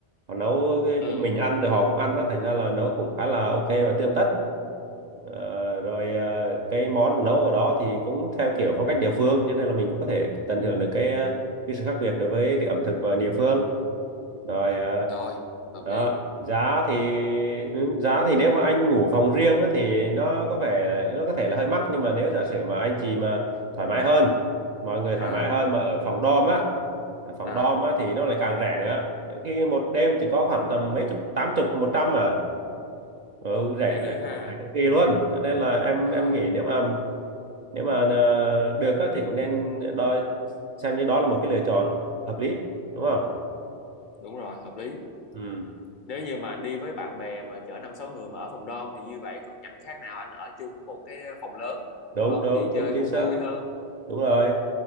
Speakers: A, on the right; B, on the left.
A: họ nấu cái-
B: ừ
A: cho mình ăn rồi họ cũng ăn á thành ra là nấu cũng khá là ok và tươm tất Ờ, rồi ờ, cái món nấu ở đó thì cũng theo kiểu phong cách địa phương cho nên là mình cũng có thể tận hưởng được cái ờ, cái sự khác biệt đối với cái ẩm thực và địa phương rồi ờ,
B: rồi hợp
A: đó
B: lý
A: giá thì ừ, giá thì nếu mà anh ngủ phòng riêng á, thì nó có vẻ là, nó có thể là hơi mắc nhưng mà nếu giả sử mà anh chị mà thoải mái hơn mọi người
B: à
A: thoải mái hơn mà ở phòng dorm á ở phòng
B: à
A: dorm á thì nó lại càng rẻ nữa nhiều khi một đêm chỉ có khoảng tầm mấy chục tám chục một trăm à ừ,
B: ồ
A: rẻ
B: rẻ dữ
A: rẻ
B: ha
A: rẻ cực kỳ luôn cho nên là em
B: rồi
A: em nghĩ nếu mà nếu mà ờ, được á, thì cũng nên đo xem như đó là một cái lựa chọn hợp lý đúng không
B: đúng rồi hợp lý
A: ừ,
B: nếu như mà anh đi với bạn bè mà chở năm sáu người mà ở phòng dorm thì như vậy cũng chẳng khác nào anh ở chung một cái phòng lớn đúng
A: đúng
B: không
A: đúng
B: thì chơi
A: đúng chính
B: cũng
A: xác
B: vui hơn
A: đúng rồi